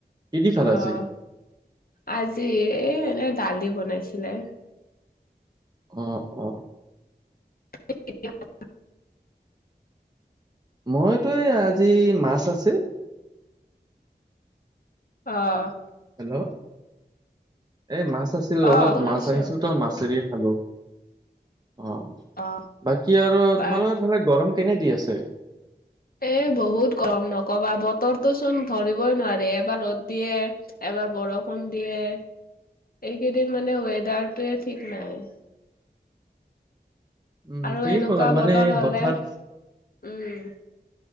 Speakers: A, on the right (about 25°); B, on the left (about 60°).
A: কি দি খালা
B: আহ,
A: আজি?
B: আজি এ এনেই দালি বনাইছিলে।
A: অ - অ।
B: <unintelligible>
A: মইতো এই আজি মাছ আছিল। <inaudible>
B: অ'।
A: হেল্ল' এই মাছ আছিল অলপ,
B: অ শুনা
A: মাছ
B: পাইছো
A: আনিছিল তই মাছেদি খালো অ'
B: অ
A: বাকী আৰু
B: বাৰু
A: তোমালোকৰ ফালে গৰম কেনে দি আছে
B: এ বহুত গৰম নকবা বতৰটো চোন। ধৰিবই নোৱাৰে, এবাৰ ৰ'দ দিয়ে এবাৰ বৰষুণ দিয়ে। এইকেইদিন মানে ৱেদাৰটো ঠিক নাই।
A: উম'
B: আৰু
A: ঠিক
B: এনেকুৱা
A: বলা মানে
B: বতৰ হলে
A: হঠাৎ
B: উম